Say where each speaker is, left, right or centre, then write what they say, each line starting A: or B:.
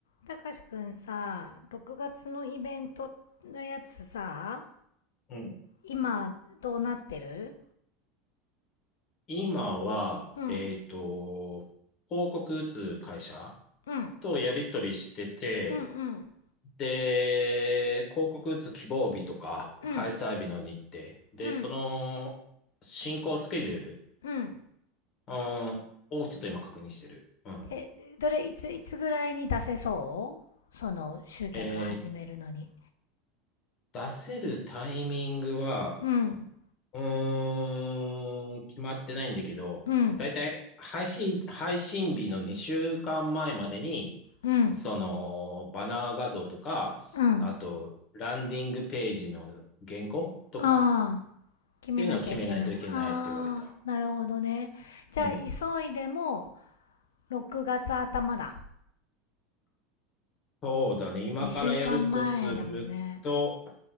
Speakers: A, on the left; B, on the left.
A: たかしくんさ、6月のイベントのやつさ、
B: うん
A: 今どうなってる
B: 今は、
A: うん、
B: えっと、広告打つ会社
A: うん、
B: とやり取りしてて、
A: うん、うん、
B: で、広告打つ希望日とか、
A: うん、
B: 開催日の日程、で、
A: うん、
B: その進行スケジュール、
A: うん。
B: うん、をちょっと今確認してる。うん。
A: でどれ、いつ、いつぐらいに出せそうその集客始めるのに。
B: え出せるタイミングは、
A: うん、
B: うーん、決まってないんだけど、
A: うん、
B: だいたい配信、配信日の2週間前まえまでに、
A: うん、
B: その、バナー画像とか、
A: うん。
B: あと、ランディングページの原稿とか
A: ああ、決めなきゃいけないね。
B: っていうのを決めないといけないって言われた。
A: ああ、なるほどね。じゃあ、
B: うん。
A: 急いでも6月頭だ。
B: そうだね。今からやるとすると、
A: 2週間前だもんね。